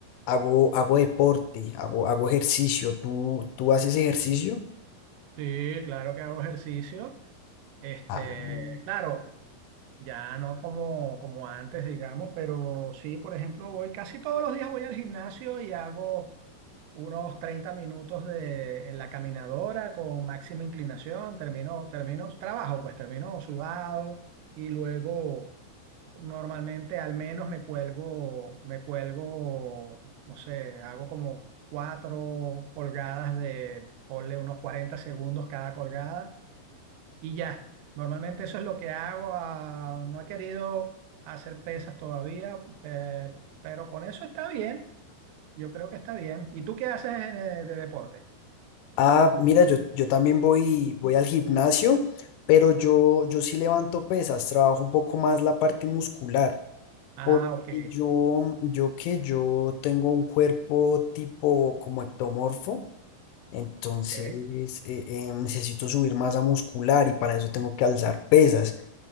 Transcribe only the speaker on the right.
Sí, claro que hago ejercicio. Este,
claro, ya no como, como antes, digamos, pero sí, por ejemplo, voy casi todos los días voy al gimnasio y hago unos 30 minutos de, en la caminadora con máxima inclinación, termino, termino trabajo, pues termino sudado y luego normalmente al menos me cuelgo, me cuelgo, no sé, hago como cuatro colgadas de, ponle unos 40 segundos cada colgada y ya. Normalmente eso es lo que hago. ah, no he querido hacer pesas todavía, per- pero con eso está bien. Yo creo que está bien. ¿Y tú qué haces en, eh, de deporte?
Ah,
ok,
ok.